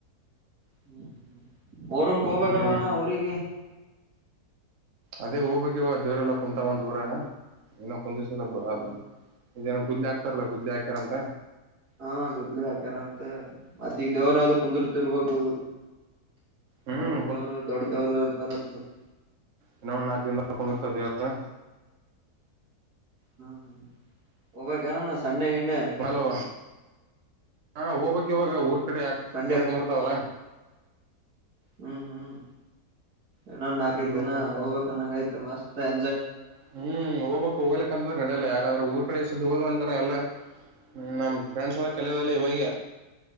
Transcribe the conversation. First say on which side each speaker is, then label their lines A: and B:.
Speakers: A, on the right (about 70°); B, on the right (about 55°).
A: ಹ್ಮು ಹ್ಮು ಮೊಹರಂಕ್ ಹೋಗ್ಬೇಕಲ್ಲ
B: ಹ್ಮ್
A: ಅಣ್ಣಾ ಊರಿಗಿ.
B: ಅದೇ ಹೋಗ್ಬೇಕ್ ಇವಾಗ್ ದೇವರ್ ಎಲ್ಲಾ ಕುಂತಾವ್ ಅಂತ ಊರಾಗ್ ಇನ್ನ್ ಕುಂದ್ರಸಿಲ್ಲ
A: ಹ
B: ಅಂತ ಅದ್ ಏನೋ ಗುದ್ಲಿ ಹಕ್ತಾರಲ್ಲ ಗುದ್ಲಿ ಹಾಕ್ಯಾರ ಅಂತ.
A: ಹಾ ಗುದ್ಲಿ ಹಾಕಾರ ಅಂತೆ ಮತ್ತ್ ದೇವರ್ ಅದು ಕುಂದುರ್ತಿಬೇಕು
B: ಹ್ಮ್
A: ಮಾರಮ್ಮ ದೇವರು ದೊಡ್ಡ ದೇವ್ರು ಇತರ ಬಿಡು
B: ಇನ್ನ ನಾಲ್ಕು ದಿನ ಕೂಂದ್ಸತ್ತಾರ ದೇವ್ರನ
A: ಹ್ಮ ಹ್ಮ ಹೋಗಬೇಕ್ ಅಣ್ಣ ಸಂಡೆ ಗಿಂಡೆ
B: ಹಲೋ ಹಾ ಹೋಗಬೇಕ್ ಇವಾಗ ಊರ್ ಕಡೆ ಯಾಕ್
A: ಸಂಡೆ
B: ಕುಂಬರ್ತಾವಲ್ಲ
A: ಹ್ಮ್ ಹ್ಮ್ ಇನ್ನೊಂದು ನಾಲ್ಕೈದ್
B: ಇವ್ರ
A: ದಿನ
B: ಕುಂತ
A: ಹೋಗ್ಬೇಕ್ ಅನಂಗಾಯ್ತು ಮಸ್ತ್ ಎ
B: ಹ್ಮ್ ಹೋಗ್ಬೆ ಹೋಗ್ಲಕ್ಕ ಅಂದ್ರೆ ನಡೆಯಲ್ಲ ಯಾಗಾದ್ರೂ ಊರ್ ಕ ಹೋದು ಅಂತಾರೆ ಎಲ್ಲಾ ನಮ್ ಫ್ರೆಂಡ್ಸ್ ಎಲ್ಲ ಕಲಿಯೋದೆಲ್ಲ ಇವಾಗ